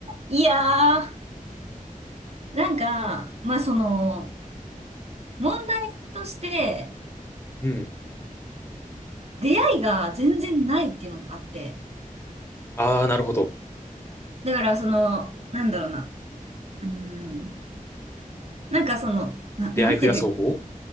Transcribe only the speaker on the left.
うん。
うん
ああ、なるほど。
出会い増やす方法